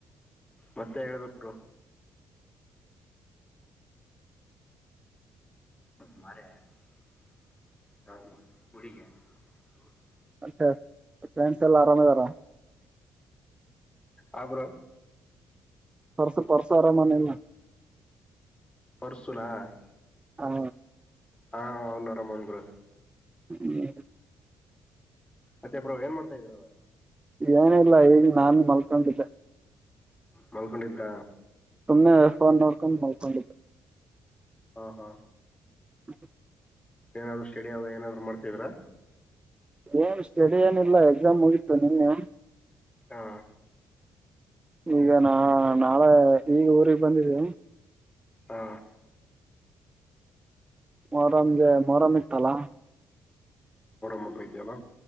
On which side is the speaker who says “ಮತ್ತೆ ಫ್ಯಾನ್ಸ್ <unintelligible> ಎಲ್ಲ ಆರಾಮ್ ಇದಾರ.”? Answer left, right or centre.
Right